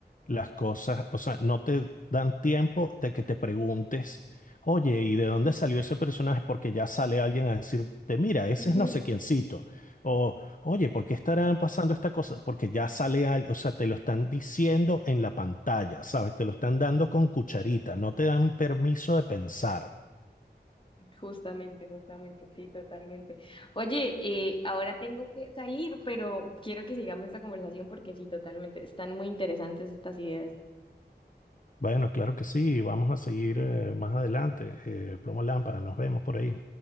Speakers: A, on the left; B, on the left.
A: las cosas, o sea, no te dan tiempo de que te preguntes, oye, ¿y de dónde salió ese personaje? Porque ya sale alguien a decirte, mira, ese
B: Ujú.
A: es no sé quiéncito. O, oye, ¿por qué
B: <laughs>
A: estarán pasando esta cosa? Porque ya sale alguien, o sea, te lo están diciendo en la pantalla, ¿sabes? Te lo están dando con cucharita, no te dan permiso de pensar.
B: Justamente, justamente, sí, totalmente. Oye, eh, ahora tengo que salir, pero quiero que sigamos esta conversación porque sí, totalmente, están muy interesantes estas ideas.
A: Bueno, claro que sí, vamos a seguir eh, más adelante. Eh, Plomo Lámpara, nos vemos por ahí.